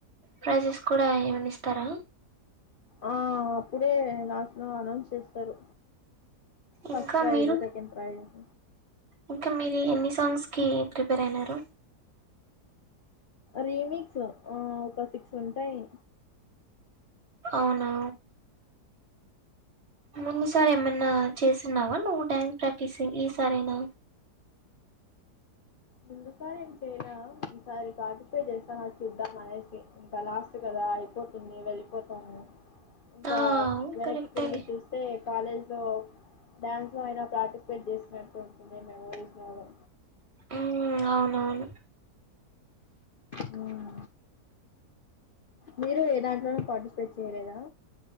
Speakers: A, on the right; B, on the left.
A: ప్రైజెస్ కూడా ఏమనా ఇస్తారా.
B: ఆ అప్పుడే లాస్ట్ లో అనౌన్స్ చేస్తారు. ఫస్ట్
A: ఇంకా
B: ప్రైజ్
A: మీరు
B: సెకండ్ ప్రైజెస్
A: ఇంకా మీరి ఎన్ని సాంగ్స్ కి ప్రిపేర్ అయినారు?
B: రీమిక్స్ ఒక సిక్స్ ఉంటాయి.
A: అవునా ముందు సార్ ఏమన్నా చేసిన్నావా నువ్వు డ్యాన్స్ ప్రాక్టీస్ ఈ సారేనా.
B: ముందుసారి ఏం చేయలా. ఈసారి పార్టిసిపేట్ చేస్తాం చూద్దాం అనేసి ఇంకా లాస్ట్ కదా అయిపోతుంది వెళ్ళిపోతాము, ఇంకా
A: ఆ
B: వెనక్కి
A: కరెక్టేలే
B: తిరిగి చూస్తే కాలేజ్ లో డ్యాన్స్ లో అయినా పార్టిసిపేట్ చేసినట్టు ఉంటుంది మెమోరీస్ లాగా.
A: ఉ అవునవును.
B: హ్ మీరు ఏ దాంట్లోనూ పార్టిసిపేట్ చేయలేదా?